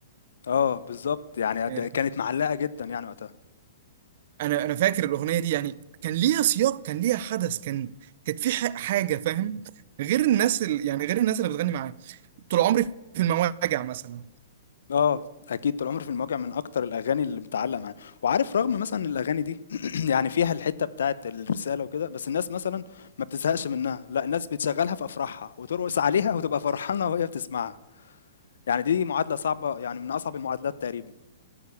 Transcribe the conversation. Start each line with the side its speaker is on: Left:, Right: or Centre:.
Left: اه بالظبط يعني ده
Right: آه،
Left: كانت معلقه جدا يعني وقتها
Right: انا انا فاكر الاغنيه دي يعني كان ليها سياق كان ليها حدث كان كانت في ح- حاجه فاهم غير الناس ال- يعني غير الناس اللي بتغني معاه طول عمري في المواجع مثلا
Left: اه اكيد طول عمري في المواجع من اكتر الاغاني اللي متعلقه معايا وعارف رغم مثلا إن الاغاني دي <clears throat> يعني فيها الحته بتاعت الرساله وكده بس الناس مثلا ما بتزهقش منها لا الناس بتشغلها في افراحها وترقص عليها وتبقى فرحانه وهي بتسمعها يعني دي معادله صعبه يعني من اصعب المعادلات تقريبا